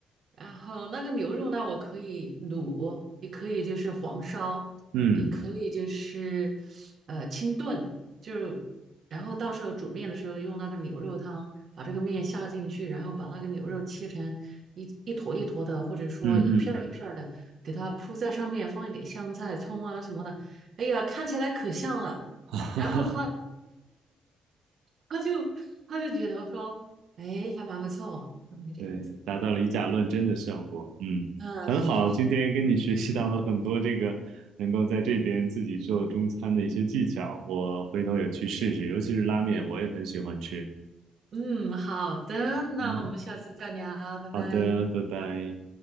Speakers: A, on the right; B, on the right.
A: 然后那个牛肉呢，我可以卤，也可以就是黄烧，
B: 嗯
A: 也可嗯以就是呃清炖，就是。然后到时候煮面的时候用那个牛肉汤把这个面下进去，然后把那个牛肉切成一一坨一坨的，或者说一片儿一片儿的，
B: 嗯嗯，
A: 给它铺在上面，放一点香菜、葱啊什么的。哎呀，看起来可像了。
B: <laughs>
A: 然后他
B: 哈哈。
A: 他就他就觉得说，哎，还蛮不错，那么一点。
B: 对，达到了以假乱真的效果。嗯，
A: 嗯，
B: 很好，
A: 是是是，
B: 今天跟你学习到了很多这个能够在这边自己做中餐的一些技巧，我回头也去试试，尤其是拉面，我也很喜欢吃。
A: 嗯，好的，那我们下次再聊，
B: 嗯，
A: 拜拜。
B: 好的，拜拜。